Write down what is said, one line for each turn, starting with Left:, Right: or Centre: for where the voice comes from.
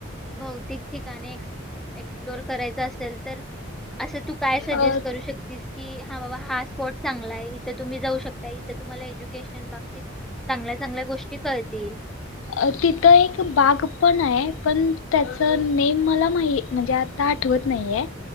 Centre: भौतिक ठिकाणे एक्स एक्सप्लोर करायचं अस सल तर असं तू काय सजेस्ट
Left: अ,
Centre: करू शकतीस? की हां बाबा हां स्पॉट चांगला आहे इथं तुम्ही जाऊं शकता इथं तुम्हांला एज्यु केशन बाबतीत चांगल्या चांगल्या गोष्टी कळतील.
Left: अ तिथं एक बाग पण आहे, पण त्याचं नेम मला माही म्हंजे मला आता आठवत नाहीये.